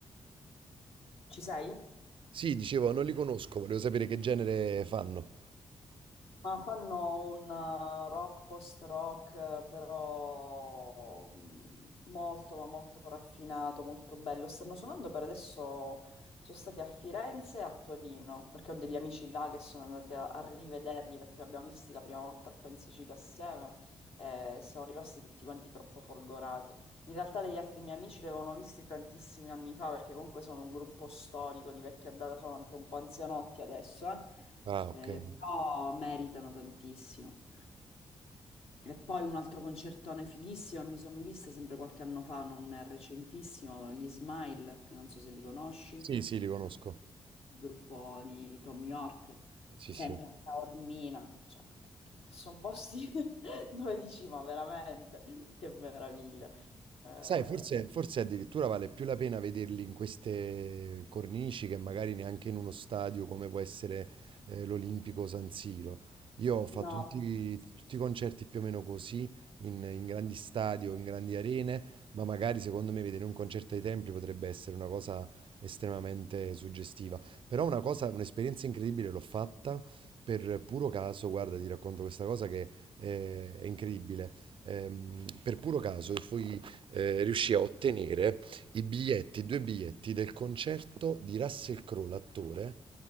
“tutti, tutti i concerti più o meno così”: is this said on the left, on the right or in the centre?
Right